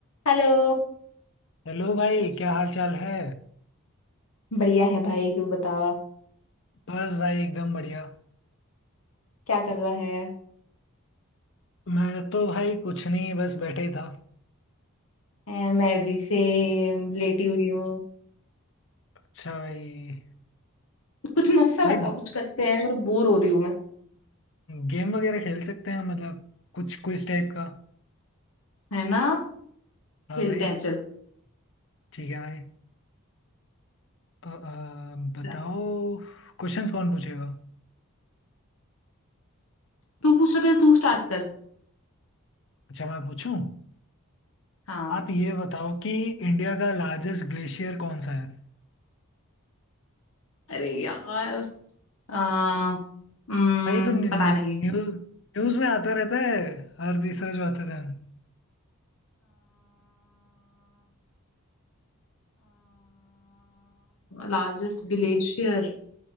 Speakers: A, on the left; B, on the left.
A: Hello
B: हेलो भाई क्या हाल चाल है
A: बढ़िया है भाई तू बता
B: बस भाई एकदम बढ़िया
A: क्या कर रहा है
B: मैं तो भाई कुछ नहीं बस बैठा ही था
A: ए, मैं अभी से लेटी हुई हूँ
B: अच्छा भाई
A: कुछ मस्त सा
B: भाई
A: बता कुछ करते हैं और बोर हो रही हूँ मैं
B: गेम वगैरह खेल सकते हैं मतलब कुछ कुछ टाइप का
A: है ना
B: हाँ
A: खेलते
B: भाई
A: हैं चल
B: ठीक है भाई अ, अ, बताओ
A: चल।
B: क्वेश्चंस कौन पूछेगा
A: तू पूछ रहा पहले तू स्टार्ट कर
B: अच्छा मैं पूछूं
A: हाँ
B: आप ये बताओ कि इंडिया का लार्जेस्ट ग्लेशियर कौन सा है
A: अरे यार आ, उम,
B: भाई ये तो न्यूज
A: पता नहीं
B: न्यूज में आता रहता है हर तीसरा चौथे दिन
A: Largest glacier